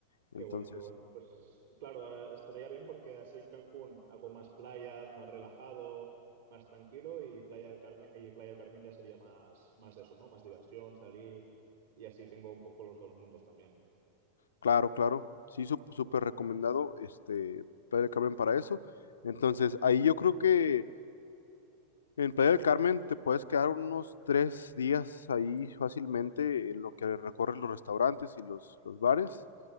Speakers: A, on the left; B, on the right.
A: Entonces,
B: Qué bueno, qué bueno. Pues claro, eh, estaría bien porque así en Cancún hago más playas, más relajado, más tranquilo y Playa del Carmen, y Playa del Carmen ya sería más, más eso, ¿no? Más diversión, salir y así tengo un poco los dos mundos también.
A: claro, claro. Sí, sup- súper recomendado este, Playa del Carmen para eso. Entonces, ahí yo creo que En Playa del Carmen te puedes quedar unos tres días ahí fácilmente en lo que recorres los restaurantes y los, los bares,